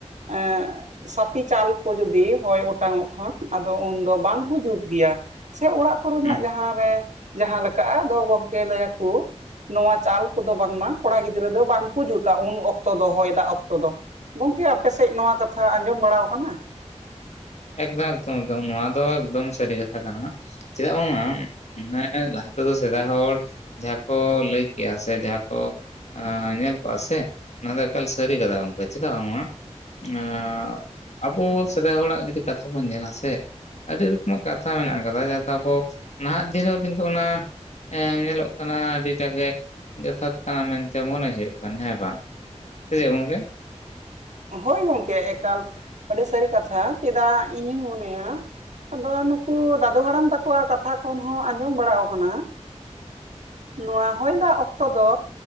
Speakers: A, on the right; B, on the left.
A: ᱮᱸᱜᱼᱼ ᱥᱟᱛᱤ ᱪᱟᱞ ᱠᱩ ᱡᱚᱫᱤ ᱦᱚᱭ ᱚᱴᱟᱝᱚᱜ ᱠᱷᱟᱱ ᱟᱫᱚ ᱩᱱᱫᱚ ᱵᱟᱝ ᱠᱩ ᱡᱩᱛ ᱜᱮᱭᱟ᱾ ᱥᱮ ᱚᱲᱟᱜ ᱠᱚᱨᱮ ᱱᱟᱜ
B: ᱦᱩᱸ
A: ᱡᱟᱦᱟᱸ ᱨᱮ ᱡᱟᱦᱟᱸ ᱞᱮᱠᱟᱜ-ᱟ ᱫᱚ ᱜᱚᱝᱠᱮ ᱞᱟᱹᱭᱟ ᱠᱩ ᱱᱚᱶᱟ ᱪᱟᱞᱼᱼ ᱠᱩᱫᱚ ᱵᱟᱝ ᱢᱟ ᱠᱚᱲᱟ ᱜᱤᱫᱽᱨᱟᱹ ᱫᱚ ᱵᱟᱝ ᱠᱩ ᱡᱩᱛᱟ ᱩᱱ ᱚᱠᱛᱚ ᱫᱚ ᱦᱚᱭ ᱫᱟᱜ ᱚᱠᱛᱚ ᱫᱚ᱾ ᱜᱚᱝᱠᱮ ᱟᱯᱮ ᱥᱮᱡ ᱱᱚᱶᱟ ᱠᱟᱛᱷᱟ ᱟᱸᱡᱚᱢ ᱵᱟᱲᱟᱣ ᱠᱟᱱᱟ?
B: ᱮᱠᱫᱚᱢ ᱮᱠᱫᱚᱢ ᱮᱠᱫᱚᱢ ᱱᱚᱣᱟ ᱫᱚ ᱮᱠᱫᱚᱢ ᱥᱟᱹᱨᱤ ᱠᱟᱛᱷᱟ ᱠᱟᱱᱟ᱾ ᱪᱮᱫᱟᱜ ᱵᱟᱝᱢᱟ ᱢᱟᱱᱮ ᱞᱟᱦᱟ ᱛᱮᱫᱚ ᱥᱮᱫᱟᱭ ᱦᱚᱲ ᱡᱟᱦᱟᱸ ᱠᱚ ᱞᱟᱹᱭ ᱠᱮᱫᱟ ᱥᱮ ᱡᱟᱦᱟᱸ ᱠᱚ ᱧᱮᱞ ᱠᱚᱜᱼᱟ ᱥᱮ ᱚᱱᱟ ᱫᱚ ᱮᱠᱟᱞ ᱥᱟᱹᱨᱤ ᱠᱟᱛᱷᱟ᱾ ᱜᱚᱝᱠᱮ ᱪᱮᱫᱟᱜ ᱵᱟᱝᱢᱟ ᱮᱸ ᱟᱵᱚ ᱥᱮᱫᱟᱭ ᱦᱚᱲᱟᱜ ᱡᱩᱫᱤ ᱠᱟᱛᱷᱟ ᱵᱚᱱ ᱧᱮᱞᱟ ᱥᱮ ᱟᱹᱰᱤ ᱨᱚᱠᱚᱢᱟᱜ ᱠᱟᱛᱷᱟ ᱢᱮᱱᱟᱜ ᱠᱟᱫᱟ ᱡᱟᱦᱟᱸᱛᱮ ᱟᱵᱚ ᱱᱟᱦᱟᱜ ᱫᱤᱱ ᱨᱮ ᱠᱤᱱᱛᱩ ᱚᱱᱟ ᱮᱸ ᱧᱮᱞᱚᱜ ᱠᱟᱱᱟ ᱟᱹᱰᱤᱴᱟᱜ ᱜᱮ ᱡᱚᱛᱷᱟᱛ ᱠᱟᱱᱟ ᱢᱮᱱᱛᱮ ᱢᱚᱱᱮ ᱦᱩᱭᱩᱜ ᱠᱟᱱᱟ ᱦᱮᱸ ᱵᱟᱝ? ᱥᱮ ᱪᱮᱜ ᱜᱚᱝᱠᱮ? <unintelligible>
A: ᱦᱳᱭ ᱜᱚᱝᱠᱮ ᱮᱠᱟᱞ ᱟᱹᱰᱤ ᱥᱟᱹᱨᱤ ᱠᱟᱛᱷᱟ ᱪᱮᱫᱟᱜ ᱤᱧᱤᱧ ᱢᱚᱱᱮᱭᱟ ᱟᱫᱚ ᱱᱩᱠᱩ ᱫᱟᱫᱩ ᱦᱟᱲᱟᱢ ᱛᱟᱠᱚᱣᱟᱜ ᱠᱟᱛᱷᱟ ᱠᱷᱚᱱ ᱦᱚᱸ ᱟᱸᱡᱚᱢ ᱵᱟᱲᱟᱮ ᱠᱟᱱᱟ ᱱᱚᱣᱟ ᱦᱚᱭ ᱫᱟᱜ ᱚᱠᱛᱚ ᱫᱚ